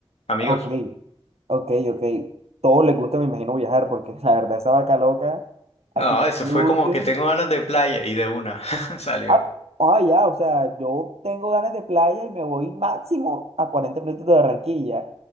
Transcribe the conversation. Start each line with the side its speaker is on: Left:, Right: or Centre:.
Left: amigos.
Right: Ah, Ok, ok, ok. Todos les gusta, me imagino, viajar porque <laughs> la verdad esa vaca loca,
Left: No,
Right: a quien
Left: eso
Right: le
Left: fue
Right: guste.
Left: como que tengo ganas de playa y de una <laughs> salió.
Right: Ah, ah, ya, o sea, yo tengo ganas de playa y me voy máximo a 40 minutos de Barranquilla.